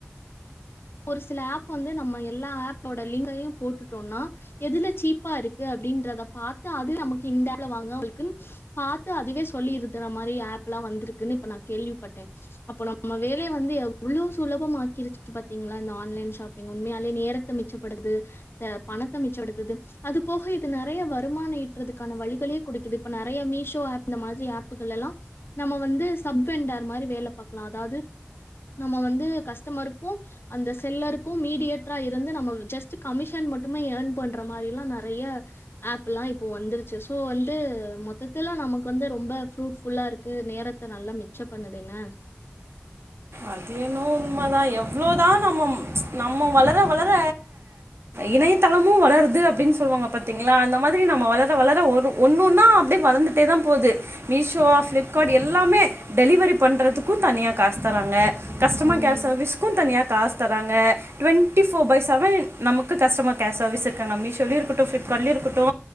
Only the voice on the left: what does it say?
ஒரு சில ஆப் வந்து நம்ம எல்லா ஆப்போட லிங்கையு போட்டுட்டோனா எதுல சீப்பா இருக்கு அப்டின்றத பாத்து அது நமக்கு இந்த ஆப் வாங்க உங்களுக்கு பாத்து அதுவே சொல்லிருது இந்த மாரி ஆப்லா வந்திருக்குனு இப்ப நா கேள்விப்பட்ட அப்போ நம்ம வேலய வந்து எவ்ளோ சுலபமாக்கிருச்சு பாத் தீங்களா இந்த ஆன்லைன் ஷாப்பிங் உண்மயாலே நேரத்த மிச்சப்படுது பணத்த மிச்சப்படுத்துது அது போக இது நெறய வருமான ஈட்டுறதுக்கான வழிகளையு குடுக்குது இப்ப நெறய மீஷோ ஆப் இந்த மாரி ஆப்புக எல்லா நம்ம வந்து சப் வெண்டார் மாரி வேல பாக்கலா அதாது நம்ம வந்து கஷ்டமருக்கு அந்த செல்லருக்கு மீடியேட்ரா இருந்து நம்ம ஜஸ்ட் கமிஷன் மட்டுமே ஏர்ன் பண்ற மாரிலா நெறய ஆப்ல்லா இப்போ வந்துருச்சு சோ வந்து மொத்தத்துல நமக்கு வந்து ரொம்ப ப்ரூட்ஃபுல இருக்கு நேர த்த நல்லா மிச்ச பண்ணது என்ன
ம்.